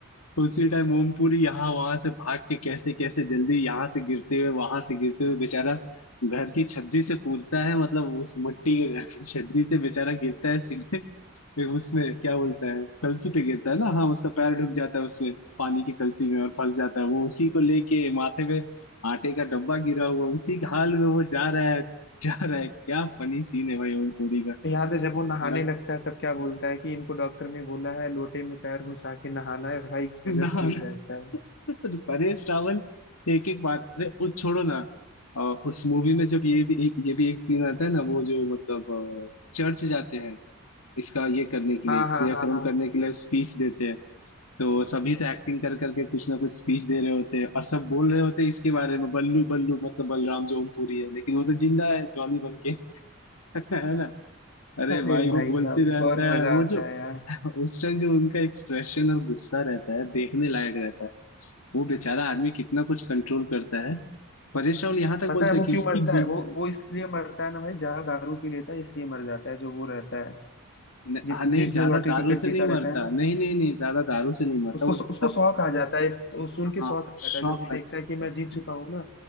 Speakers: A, on the left (about 80°); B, on the left (about 50°).
A: उसी टाइम ओमपुरी यहाँ वहां से भाग के कैसे कैसे जल्दी यहाँ से गिरते हुए वहां से गिरते हुए बेचारा घर की छज्जी से कूदता है मतलब उस मिट्टी के घर की छज्जी से बेचारा गिरता है सीधे फिर उसमें क्या बोलता है कलसी पे गिरता है ना हाँ उसका पैर ढुक जाता है उसमें पानी की कलसी में और फंस जाता है वो उसी को लेके माथे पे आटे का डब्बा गिरा हुआ उसी के हाल में वो जा रहा है जा रहा है क्या फनी सीन है भाई ओमपुरी का
B: याद है जब वो नहाने
A: भाई
B: लगता है तब क्या बोलता है कि इनको डॉक्टर ने बोला है लोटे में पैर घुसा के नहाना है भाई
A: ना
B: गजब सीन रहता है
A: ना <laughs> परेश रावल एक एक बात अरे वो छोड़ो ना अ, उस मूवी में जब ये भी ये भी एक सीन आता है ना वो जो मतलब अ, चर्च जाते हैं इसका ये करने के
B: हाँ
A: लिए क्रियाक्रम
B: हाँ हाँ हाँ
A: करने के लिए स्पीच देते हैं तो सभी तो एक्टिंग कर करके कुछ ना कुछ स्पीच दे रहे होते हैं और सब बोल रहे होते हैं इसके बारे में बल्लू बल्लू मतलब बलराम जो ओमपुरी है लेकिन वो तो जिंदा है जॉनी बन के <laughs> है अरे
B: अरे
A: भाई
B: भाई
A: वो बोलते
B: साहब
A: रहता
B: बहुत मजा
A: है वो
B: आता
A: जो
B: है यार
A: उस टाइम जो उनका एक्सप्रेशन और गुस्सा रहता है देखने लायक रहता है वो बेचारा आदमी कितना कुछ कंट्रोल करता है परेश रावल यहाँ तक
B: पता
A: बोलता
B: है वो
A: है कि
B: क्यों
A: उसकी
B: मरता
A: बी
B: है वो वो इसलिए मरता है ना भाई ज्यादा दारू पी लेता है इसलिए मर जाता है जो वो रहता है
A: न,
B: जिसकी
A: आ,
B: जिसने
A: नहीं ज्यादा
B: लॉटरी
A: दारू
B: टिकट
A: से
B: जीता
A: नहीं मरता
B: रहता है ना
A: नहीं नहीं नहीं ज्यादा दारू से नहीं मरता
B: उसको
A: वो ज्यादा
B: उसको शौक आ जाता है उस- सुन के
A: हाँ
B: शौक आ
A: शौक
B: जाता है जब वो
A: लग
B: देखता
A: जाता
B: है कि
A: है
B: मैं जीत चुका हूँ ना